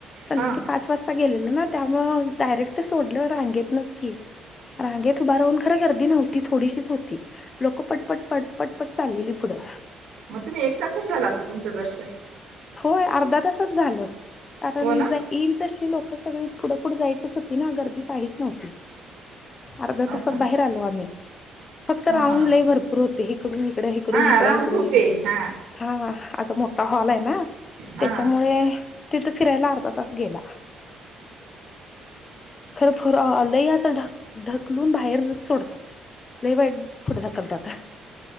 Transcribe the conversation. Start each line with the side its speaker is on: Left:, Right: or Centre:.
Left: संध्याकाळी
Right: हा
Left: पाच वाजता आता गेलेलं ना त्यामुळे डायरेक्ट सोडलं रांगेतनच की रांगेत उभा राहून खरं गर्दी नव्हती थोडीशीच होती. लोक पटपट पट पटपट चाललेली पुढं
Right: मग तुम्ही एक तासच झालं असेल तुमचं दर्शन
Left: होय अर्धा तासच झालं कारण
Right: हो ना
Left: ज येईल तशी लोक सगळी पुढंफुड जायतच होती ना गर्दी काहीच नव्हती अर्ध्या
Right: हो
Left: तासात
Right: का
Left: बाहेर आलो आम्ही फक्त
Right: हा
Left: राऊंडलाई भरपूर होते इकडून इिकड्या हिकडून
Right: हा
Left: हिकडा
Right: राऊंड
Left: ह इिकडून
Right: खूप
Left: इकडून
Right: आहे हा
Left: हा असा मोठा हॉल आहे ना.
Right: हा
Left: त्याच्यामुळे तिथं फिरायला अर्धा तास गेला. खरं खर लई असं ढक ढकलून बाहेर सोडतात. लई वाईट फुढं ढकलतात.